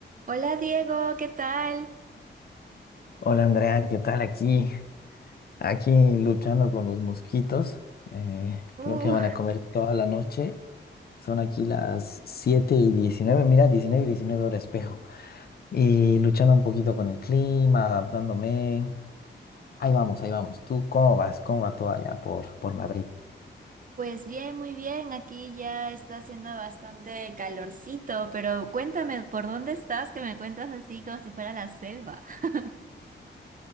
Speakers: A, on the right; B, on the left.
A: Hola Diego, ¿qué tal?
B: Hola Andrea, ¿qué tal? Aquí, aquí luchando con los mosquitos. Eh,
A: Uh,
B: creo que van a comer toda la noche. Son aquí las 7 y 19. mira, 19, y 19 horas espejo. Y luchando un poquito con el clima, adaptándome. Ahí vamos, ahí vamos. ¿Tú cómo vas? ¿Cómo va todo allá por, por Madrid?
A: pues bien, muy bien. Aquí ya está haciendo bastante calorcito, pero cuéntame, ¿por dónde estás? Que me cuentas así como si fuera la selva. <laughs>